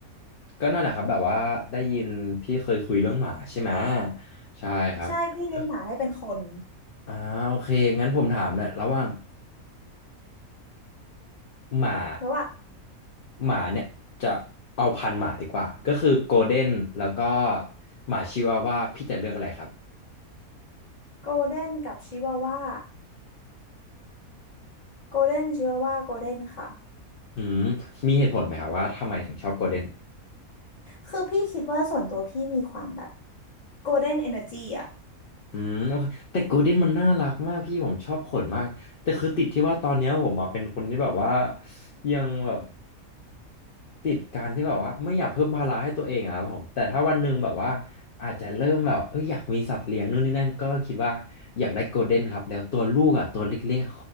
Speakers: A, on the left; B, on the left.
A: ก็นั่นแหละครับแบบว่าได้ยินพี่เคยคุยเรื่องหมาใช่ไหมใช่ครับก็
B: ใช่พี่เลี้ยงหมาให้เป็นคน
A: อ่าโอเคงั้นผมถามเนี่ยระหว่างหมา
B: ระหว่าง
A: หมาเนี่ยจะเอาพันธุ์หมาดีกว่าก็คือโกลเด้นแล้วก็หมาชิวาว่าพี่จะเลือกอะไรครับ
B: โกลเด้นกับชิวาว่าโกลเด้นชิวาว่าโกลเด้นค่ะ
A: อืมมีเหตุผลไหมครับว่าทำไมถึงชอบโกลเด้น
B: คือพี่คิดว่าส่วนตัวพี่มีความแบบโกลเด้นเอเนอร์จีอ่ะ
A: อืมโอเคแต่โกลเด้นมันน่ารักมากพี่ผมชอบขนมากแต่คือติดที่ว่าตอนเนี้ยผมอะเป็นคนที่แบบว่ายังแบบติดการที่แบบว่าไม่อยากเพิ่มภาระให้ตัวเองอะครับผมแต่ถ้าวันหนึ่งแบบว่าอาจจะเริ่มแบบเอยอยากมีสัตว์เลี้ยงนู่นนี่นั่นก็คิดว่าอยากได้โกลเด้นครับแล้วตัวลูกอ่ะตัวเล็กๆอะ